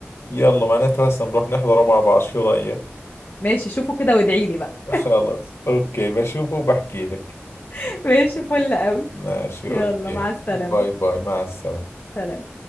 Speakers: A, on the left; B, on the left.
A: يلا معناته هسه نروح نحضره مع بعض شو رأيك
B: ماشي شوفوا كده وادعي لي بقى
A: خلص اوكي بشوفه وبحكي لك
B: <laughs> ماشي فل قوي
A: ماشي
B: يلا
A: اوكي
B: مع السلامه
A: باي باي مع السلامة
B: سلام